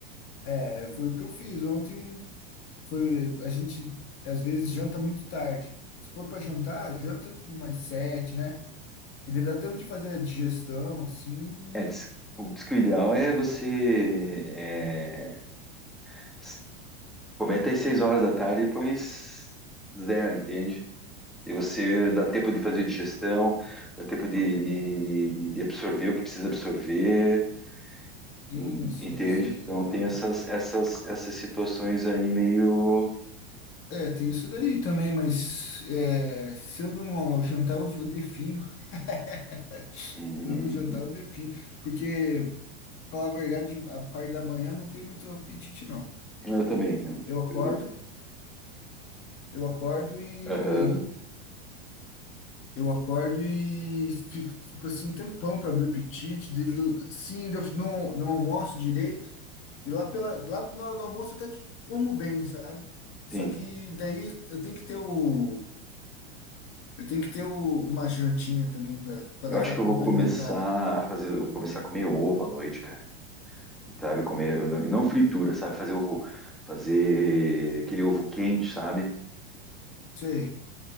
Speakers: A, on the left (about 45°); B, in the centre.
A: É, foi o que eu fiz ontem. Foi, a gente às vezes janta muito tarde. Se for para jantar, janta por mais sete, né? Que daí dá tempo de fazer a digestão, assim.
B: É, diz, o- diz que o ideal é você é, s- comer até as 6 horas da tarde e depois zero, entende? E você dá tempo de fazer digestão, dá tempo de, de, de- de absorver o que precisa absorver, en-
A: Sim, sim,
B: entende?
A: sim.
B: Então
A: aham.
B: tem essas, essas, essas situações aí meio.
A: É, tem isso daí também, mas é, se eu não jantar, eu vou- definho. <laughs>
B: Hum,
A: Se eu não jantar, eu definho. Porque, falar a verdade, a parte da manhã não tem muito apetite, não.
B: eu também, cara.
A: Eu acordo,
B: Eu,
A: eu acordo e.
B: aham,
A: Eu acordo e fico, fico assim um tempão para abrir o apetite. De, sim, ainda não, não almoço direito. E lá, pela, lá na hora do almoço até que como bem, sabe? Só
B: sim.
A: que daí eu tenho que ter o. Eu tenho que ter o- uma jantinha também para dar
B: Eu acho
A: aquela
B: que eu
A: complementada.
B: vou começar a fazer, eu vou começar a comer ovo à noite, cara. Sabe, comer, não, não fritura, sabe, fazer ovo, fazer aquele ovo quente, sabe?
A: Sei,